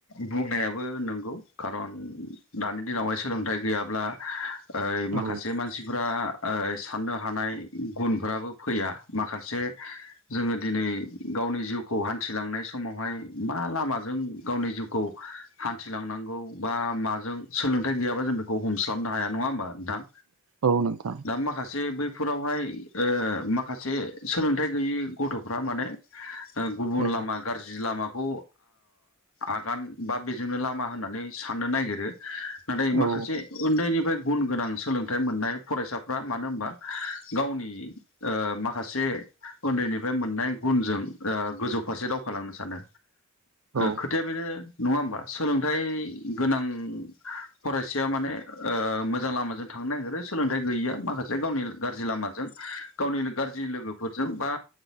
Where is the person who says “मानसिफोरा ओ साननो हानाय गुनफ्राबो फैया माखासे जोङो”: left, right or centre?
Left